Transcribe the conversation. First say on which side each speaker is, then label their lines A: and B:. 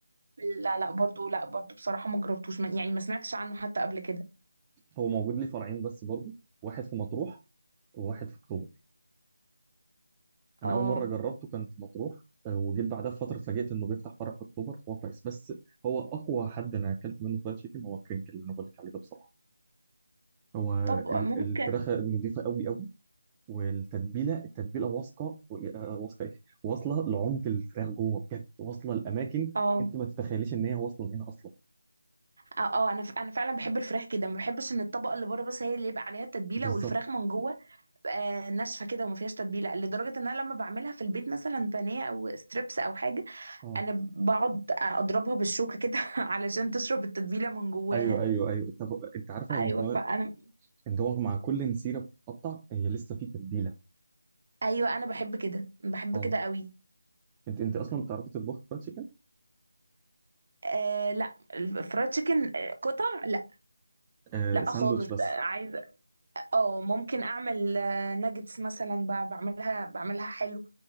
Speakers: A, on the right (about 50°); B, on the right (about 15°).
A: لا لا برضو لا برضو بصراحة ما جربتوش ما- يعني ما سمعتش عنه حتى قبل كده
B: هو موجود ليه فرعين بس برضه واحد في مطروح وواحد في اكتوبر انا
A: اه
B: اول مره جربته كان في مطروح آه، وجيت بعدها بفتره اتفاجئت انه بيفتح فرع في اكتوبر فهو كويس بس هو اقوى حد انا اكلت منه فرايد تشيكن هو كرينكل اللي انا بقول لك عليه ده بصراحه هو
A: طب ممكن
B: ال- الفراخة نضيفة قوي قوي والتتبيلة التتبيلة واثقة و- آه، واثقة ايه واصلة لعمق الفراخ جوه بجد واصلة لأماكن
A: اه
B: انت ما تتخيليش ان هي واصلة هنا اصلا
A: اه آه، انا ف... انا فعلا بحب الفراخ كده ما بحبش ان الطبقه اللي بره بس هي اللي يبقى عليها التتبيله
B: بالظبط
A: والفراخ من جوه آه ناشفه كده وما فيهاش تتبيله لدرجه ان انا لما بعملها في البيت مثلا بانيه او ستريبس او حاجه
B: اه
A: انا بقعد اضربها بالشوكه كده <laughs> علشان تشرب التتبيله من جواها
B: ايوه ايوه ايوه طب انت عارفة
A: ايوه
B: ان هو
A: فانا
B: ان هو مع كل نسيرة بتتقطع هي لسه في تتبيلة
A: ايوه انا بحب كده بحب
B: اه
A: كده قوي
B: انت انت اصلا بتعرفي تطبخي فرايد تشيكن
A: آه لا الفرايد تشيكن آه، قطع لا
B: آه
A: لا
B: ساندوتش
A: خالص
B: بس
A: آه، عايزه اه ممكن اعمل آه ناجتس مثلا ب- بعملها بعملها حلو